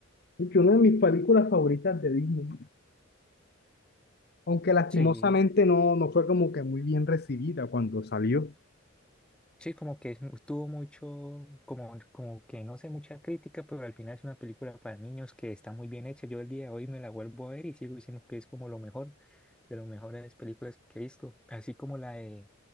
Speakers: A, on the left (about 50°); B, in the centre.
A: Es que una de mis películas favoritas de Disney, aunque lastimosamente
B: Sí.
A: no, no fue como que muy bien recibida cuando salió.
B: Sí, como que es mu- tuvo mucho, como, como que no sé, mucha crítica, pero al final es una película para niños que está muy bien hecha. Yo el día de hoy me la vuelvo a ver y sigo diciendo que es como lo mejor, de las mejores películas que he visto. Así como la de,